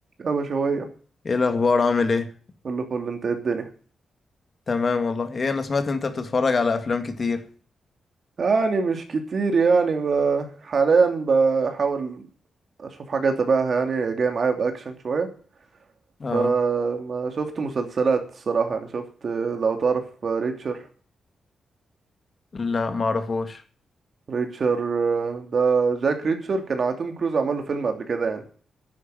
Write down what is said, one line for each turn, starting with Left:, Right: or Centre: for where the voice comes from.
Right: يا بشوية
Left: ايه الاخبار عامل ايه
Right: كله فل انت ايه الدنيا
Left: تمام والله ايه انا سمعت انت بتتفرج على افلام كتير
Right: يعني مش كتير يعني ب... حاليا بحاول اشوف حاجة تبعها يعني جاي معايا بأكشن شوية
Left: اه
Right: فما شفت مسلسلات الصراحة يعني شفت لو تعرف ريتشر
Left: لا ما اعرفوش
Right: ريتشر ده جاك ريتشر كان على توم كروز عمل له فيلم قبل كده يعني